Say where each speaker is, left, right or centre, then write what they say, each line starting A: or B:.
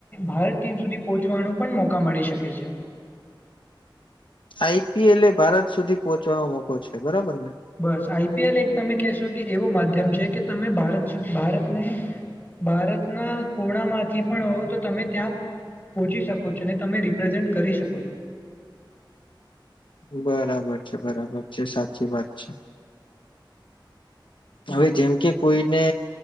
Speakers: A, on the left; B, on the left.
A: ભારત ટીમ સુધી પોહચવાનું પણ મોકા મળી શકે છે.
B: આઈ પી એલ એ ભારત સુધી પોહચવાનો મોકો છે, બરાબર ને?
A: બસ, આઈ પી એલ એક તમે કેશોન કે એવો માધ્યમ છે કે, તમે ભારત ભારતને ભારતના કોણા માંથી પણ હોવ તો તમે ત્યાં પોહચી શકો છો અને તમે રિપ્રેઝેન્ટ કરી શકો છો.
B: બરાબર છે, બરાબર છે, સાચી વાત છે. હવે
A: હા
B: જેમ કે કોઈને